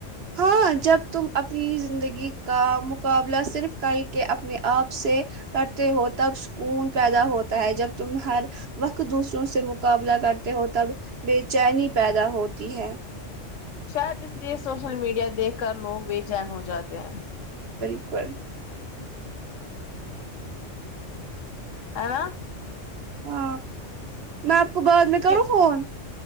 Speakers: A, on the right; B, on the left.
A: ہاں جب تم اپنی زندگی کا مقابلہ صرف کل کے اپنے آپ سے کرتے ہو تب سکون پیدا ہوتا ہے جب تم ہر وقت دوسروں سے مقابلہ کرتے ہو تب بے چینی پیدا ہوتی ہے
B: شاید اس لیے سوشل میڈیا دیکھ کر لوگ بے چین ہو جاتے ہیں
A: بالکل
B: آینا
A: ہاں میں آپ کو بعد میں
B: کی
A: کروں فون